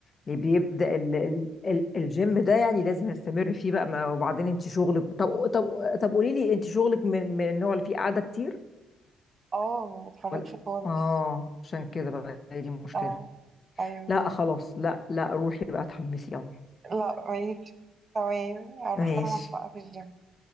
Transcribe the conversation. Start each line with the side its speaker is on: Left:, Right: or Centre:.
Left: اللي بيبدأ ال ال ال الجيم ده يعني لازم يستمر فيه بقى ما وبعدين انت شغلك طب طب طب قولي لي انت شغلك من من النوع اللي فيه قعدة كتير
Right: اه ما بتحركش
Left: ولا
Right: خالص
Left: اه عشان كده بقى هي دي المشكلة
Right: اه ايوه
Left: لا خلاص لا لا روحي بقى اتحمسي يلا
Right: لا ماشي تمام هروح
Left: ماشي
Right: العب بقى في الجيم